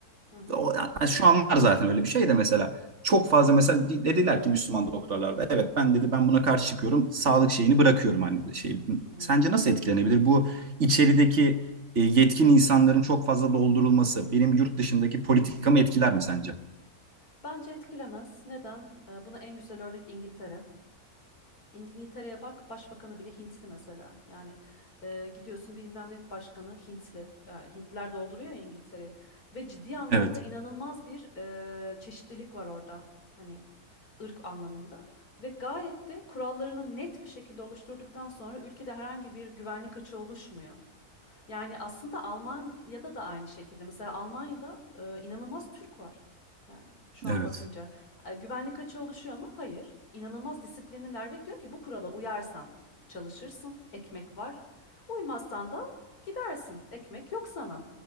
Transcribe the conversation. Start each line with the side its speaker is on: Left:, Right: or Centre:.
Left: Hı hı.
Right: o, yani şu an var zaten öyle bir şey de mesela çok fazla mesela di- dediler ki Müslüman doktorlarda evet ben dedi ben buna karşı çıkıyorum sağlık şeyini bırakıyorum hani şey
Left: Hmm.
Right: sence nasıl etkilenebilir bu içerideki e, yetkin insanların çok fazla doldurulması benim yurt dışındaki politikamı etkiler mi sence?
Left: Bence etkilemez. Neden? Ee, Buna en güzel örnek İngiltere. İngiltere'ye bak başbakanı bile Hintli mesela. Yani e, gidiyorsun bilmem ne başkanı Hintli. E, Hintliler dolduruyor ya İngiltere'yi. Ve ciddi anlamda
Right: Evet,
Left: inanılmaz bir e, çeşitlilik var orada. Hani ırk anlamında. Ve gayet de kurallarını net bir şekilde oluşturduktan sonra ülkede herhangi bir güvenlik açığı oluşmuyor. Yani aslında Almanya'da da aynı şekilde. Mesela Almanya'da e, inanılmaz Türk var. Yani şu an
Right: evet.
Left: bakınca E, güvenlik açığı oluşuyor mu? Hayır. İnanılmaz disiplinliler ve diyor ki bu kurala uyarsan çalışırsın, ekmek var. Uymazsan da gidersin, ekmek yok sana.